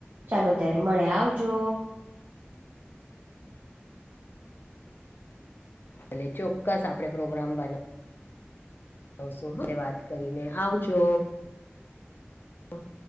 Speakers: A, on the right (about 60°); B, on the left (about 55°).
A: ચાલો ત્યારે મળે આવજો
B: કાલે ચોક્કસ આપડે પ્રોગ્રામ બના વસુ વાત કરીને આવજો અહ